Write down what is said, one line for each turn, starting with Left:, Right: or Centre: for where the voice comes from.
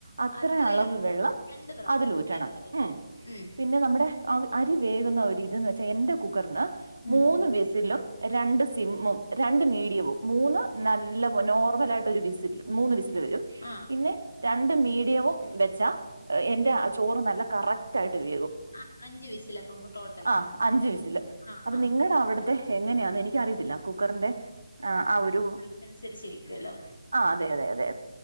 Right: അത്ര
Left: അത്രയാ
Right: അളവ് വെള്ളം
Left: രണ്ട് ബ്രദർ
Right: അതിലൂറ്റണം
Left: രണ്ടായിട്ട്
Right: ഉ
Left: ഉം
Right: പിന്നെ നമ്മുടെ ആ അരി വേകുന്ന ഒ ഇതന്ന് വെച്ചാ എന്റെ കുക്കറിന്
Left: ഉം
Right: മൂന്ന് വിസിലും രണ്ട് സിമ്മും രണ്ട് മീഡിയവും മൂന്ന് നല്ല നോർമല ആയിട്ട് ഒരു വിസിൽ മൂന്ന് വിസില് വരും
Left: ആഹ്
Right: പിന്നെ രണ്ട് മീഡിയവും വെച്ചാ എന്റെ ആ ചോറ് നല്ല കറക്റ്റ് ആയിട്ട് വേകും
Left: ആ അഞ്ച് വീസില അപ്പം ടോട്ടൽ
Right: ആ അഞ്ച് വിസില്
Left: ആ
Right: അപ്പൊ
Left: ആ
Right: നിങ്ങളുടെ അവിടുത്തെ എങ്ങനെയാെന്ന് എനിക്ക അറിയത്തില്ല കുക്കറിന്റെ ആ ഒരു
Left: അതനുസരിച്ചിരിക്കുവല്ലോ
Right: ആ അതെ അതെ അതെ